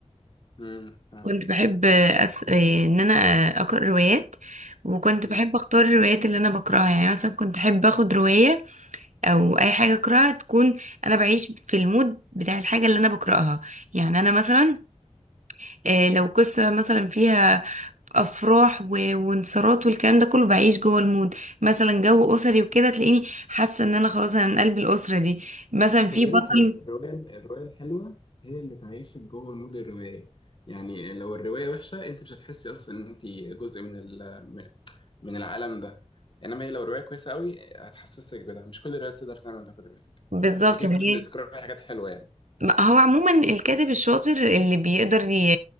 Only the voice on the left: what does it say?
امم فاهم
امم
خد
بالك
هي الرواية الرواية الحلوة هي اللي تعيشك جوه مود الرواية يعني لو الرواية وحشة انت مش هتحسي اصلا ان انت جزء من ال- من من العالم ده انما هي لو الرواية كويسة قوي هتحسسك بده مش كل الروايات تقدر تعمل ده خد بالك
انت كده
كنت بتقرأي حاجات حلوة يعني